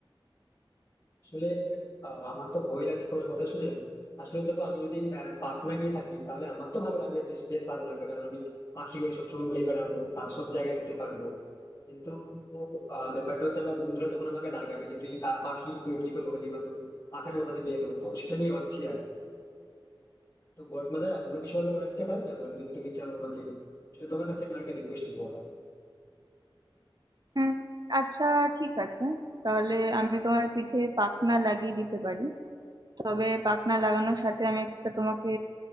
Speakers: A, on the left; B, on the right.
A: আসলে আহ, আমার তো ভয় লাগছে তোমার কথা শুনে আসলে দেখো আমি যদি আহ, পাখনা নিয়ে থাকি তাহলে আমার তো ভালো লাগবে বেশ বেশ ভালো লাগবে কারণ আমি পাখি হয়ে সবসময় উড়ে বেড়াবো আর সব জায়গায় যেতে পারবো কিন্তু আহ, ব্যাপারটা হচ্ছে আমার বন্ধুরা তখন আমাকে লাগাবে যে তুই আহ, পাখি তুই কি করে হলি বা তুমি পাখানা কোথা থেকে এলো তো সেটা নিয়ে ভাবছি আর তো গড মাদার অন্য কিছু ভাবে করা যেতে পারে না মানে যদি তুমি চাও আমাকে আসলে তোমার কাছে আমার একটা রিকোয়েস্ট করবো হ্যাঁ,
B: হুম, আচ্ছা ঠিক আছে তাহলে আমি তোমার পিঠে পাখনা লাগিয়ে দিতে পারি তবে পাখনা লাগানোর সাথে আমি একটা তোমাকে